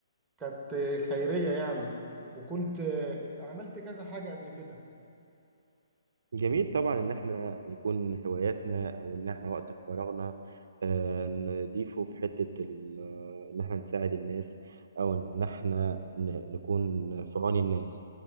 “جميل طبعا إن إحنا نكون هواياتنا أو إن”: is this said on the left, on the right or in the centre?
Right